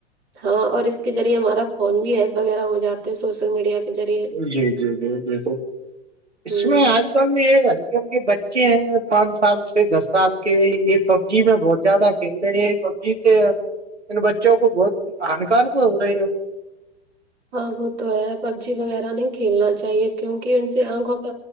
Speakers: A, on the right; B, on the right.
A: ہاں اور اس اس کے ریعے ہمارا فون بھی ہیپ وغیرہ ہو جاتا ہے سوشل میڈیا کے ذریعے
B: جی جی جی بالکل اس
A: ہ
B: میں آج ہلکے ان کے بچے ہیں پانچ سال سے دس سال کے یہ پب جی میں بہت زیادہ کھیل رہ یہ پب جی کے ان بچوں کو بہت ہانکار سے ہو رہے ہے
A: ہاں وہ تو ہے پب جی وغیرہ نہیں کھیلنا چاہیے کیونکہ ان سے آنکھوں پہ